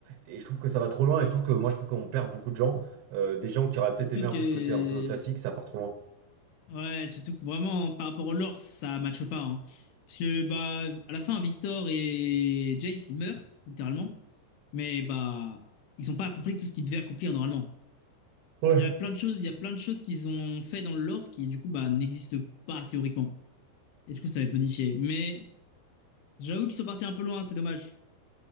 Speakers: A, on the right; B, on the left.
A: Et je trouve que ça va trop loin et je trouve que moi, je trouve qu'on perd beaucoup de gens euh, des gens qui auraient
B: Surtout
A: peut-être aimé un
B: que,
A: peu ce côté un peu classique, ça part trop loin.
B: ouais, surtout que vraiment par rapport au lore, ça matche pas. hein. Parce que bah à la fin, Victor et Jace ils meurent littéralement, mais bah ils ont pas accompli tout ce qu'ils devaient accomplir normalement.
A: Ouais.
B: Il y a plein de choses, il y a plein de choses qu'ils ont fait dans le lore qui du coup bah n'existent pas théoriquement. Et du coup ça va être modifié. Mais j'avoue qu'ils sont partis un peu loin, c'est dommage.